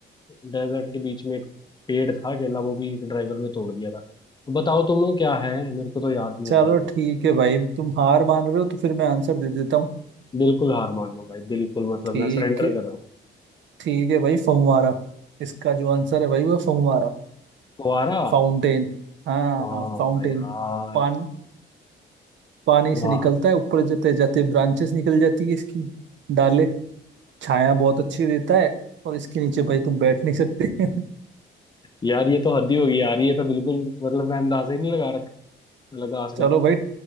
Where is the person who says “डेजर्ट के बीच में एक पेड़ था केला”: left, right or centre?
Left